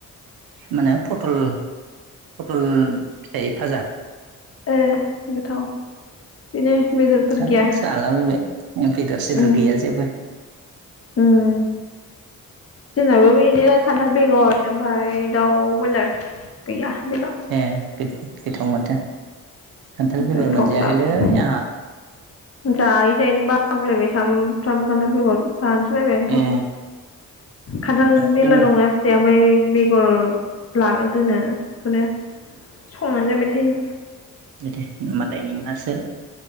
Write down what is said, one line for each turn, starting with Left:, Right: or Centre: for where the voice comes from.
Right: मानो फथल फथल फिथाइ भाजा।
Left: ए गोथाव। बेनो बेदरफोर
Right: जा
Left: गैया
Right: जालाबायबाय बेदर सेदर
Left: उम
Right: गैया जेबो।
Left: उम जोंनाबो बेनो खान्थाल बेगर ओमफ्राय दाउ बयलार गैया। बेल'
Right: ए गोथाव माथो खान्थाल
Left: गोथावसाब
Right: बेगर मोनजायाखैलै आंहा।
Left: जायै जायैनो बागुलायबाय सामफ्रामबो खान्थाल बेगर। जानोसै बायबाय आंथ'
Right: ए
Left: खान्थाल
Right: न'आव
Left: मेरला
Right: दङ
Left: दंना फिथाइया ओमफ्राय बेगर ला दोनो बेखौनो संनानै जाबाय थायो।
Right: बि दे होमबालाय नोंहासो